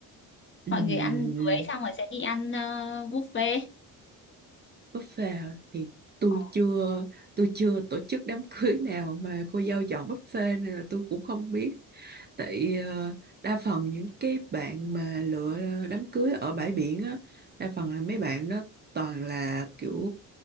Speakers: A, on the right; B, on the left.
A: Ừm,
B: Mọi người ăn cưới xong rồi sẽ đi ăn ờ, buffet.
A: buffet hả? thì tôi
B: Ờ,
A: chưa tôi chưa tổ chức đám cưới nào mà cô dâu chọn buffet nên là tôi cũng không biết tại ờ, đa phần những cái bạn mà lựa đám cưới ở bãi biển á đa phần là mấy bạn đó toàn là kiểu